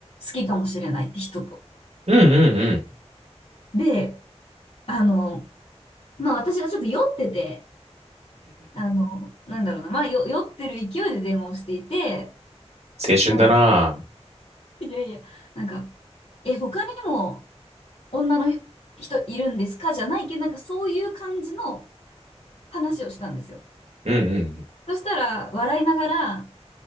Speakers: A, on the left; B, on the right.
A: きかもしれないって人と。
B: うんうんうん。
A: で、あの、まあ私はちょっと酔ってて、あの、なんだろうな、まあよ酔ってる勢いで電話をしていて、
B: 青春だな。
A: なんだろう、いやいや、なんか、え、他にも女の人いるんですかじゃないけど、なんかそういう感じの話をしたんですよ。
B: うんうん。
A: そしたら、笑いながら、